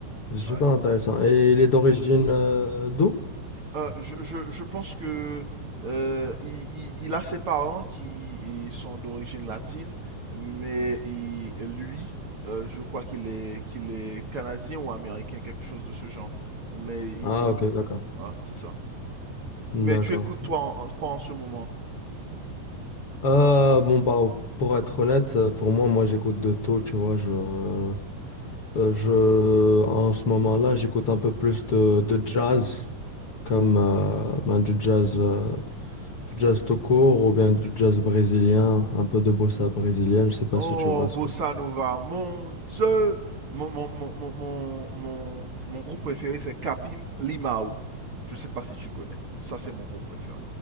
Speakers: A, on the left; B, on the right.
A: C'est super
B: ouais.
A: intéressant. Et il est d'origine euh, d'où?
B: Euh, je, je- je pense que euh, il, il- il a ses parents qui sont d'origine latine, mais il- lui, euh, je crois qu'il est, qu'il est canadien ou américain, quelque chose de ce genre. Mais il,
A: Ah,
B: il-
A: ok, d'accord.
B: ah, c'est ça. Mais
A: D'accord.
B: tu écoutes toi en, en- quoi en ce moment?
A: Euh, bon, bah, pour être honnête, euh, pour moi, moi, j'écoute de tout, tu vois. Je, euh, je, en ce moment-là, j'écoute un peu plus de, de jazz, comme euh, ben, du jazz, euh, du jazz tout court ou bien du jazz brésilien, un peu de bossa brésilienne. Je sais pas
B: Oh,
A: si tu vois ce
B: Bossa
A: que.
B: Nova, mon Dieu! Mon, mon, mon, mon, mon, mon- mon groupe préféré, c'est Capim Limao. Je sais pas si tu connais. Ça, c'est mon groupe préféré.